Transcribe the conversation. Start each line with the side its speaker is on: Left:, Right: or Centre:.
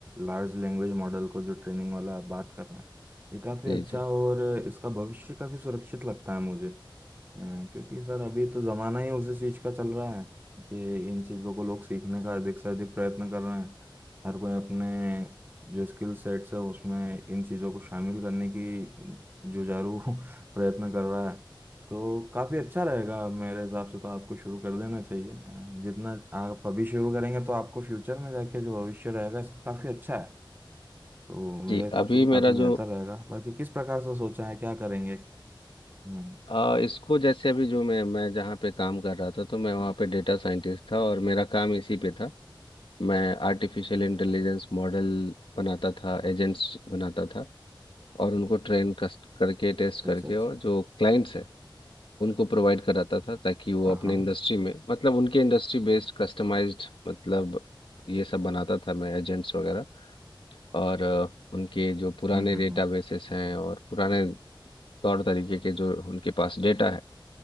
Right: लार्ज लैंग्वेज मॉडल को जो ट्रेनिंग वाला आप बात कर रहे हैं ये काफ़ी
Left: जी
Right: अच्छा
Left: जी
Right: और इसका भविष्य काफ़ी सुरक्षित लगता है मुझे अ, क्योंकि सर अभी तो ज़माना ही उसी चीज़ का चल रहा है कि इन चीज़ों को लोग सीखने का अधिक से अधिक प्रयत्न कर रहे हैं हर कोई अपने जो स्किल सेट्स है उसमें इन चीज़ों को शामिल करने की जुझारू <laughs> प्रयत्न कर रहा है तो काफ़ी अच्छा रहेगा मेरे हिसाब से तो आपको शुरू कर देना चाहिए अ, जितना आप अभी शुरू करेंगे तो आपको फ्यूचर में जाके जो भविष्य रहेगा इसका काफ़ी अच्छा है तो मेरे
Left: जी
Right: हिसाब
Left: अभी
Right: से तो
Left: मेरा
Right: काफ़ी बेहतर
Left: जो
Right: रहेगा बाकी किस प्रकार से सोचा है क्या करेंगे हम्म
Left: अ, इसको जैसे अभी जो मैं मैं जहाँ पे काम कर रहा था तो मैं वहाँ पे डेटा साइंटिस्ट था और मेरा काम इसी पे था मैं आर्टिफिशियल इंटेलिजेंस मॉडल बनाता था एजेंट्स बनाता था और उनको ट्रेन करके टेस्ट करके
Right: अच्छा अच्छा
Left: और जो क्लाइंट्स है उनको प्रोवाइड कराता था ताकि वो
Right: हाँ
Left: अपने
Right: हाँ
Left: इंडस्ट्री में मतलब उनके इंडस्ट्री बेस्ड कस्टमाइज्ड मतलब ये सब बनाता था मैं एजेंट्स वगैरह और अ, उनके जो पुराने
Right: हम्म
Left: डेटाबेसेस
Right: हम्म
Left: हैं और पुराने तौर तरीके के जो उनके पास डेटा है